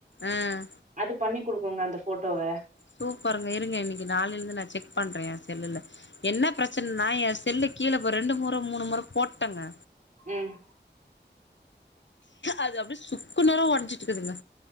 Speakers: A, on the left; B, on the right.
A: ஆ
B: அது பண்ணி குடுக்கு ங்க அந்த போட்டோவ
A: சூப்பருங்க இருங்க இன்னைக்கு நாளில இருந்து நான் செக் பண்ற என் செல்லுல என்ன பிரச்சனனா என் செல்லு கீழே இ ரெண்டு முறை மூணு முறை போட்டேங்க
B: ம்
A: அது அப்படி சுக்குநூறா உடஞ்சிட்டு இருக்குதுங்க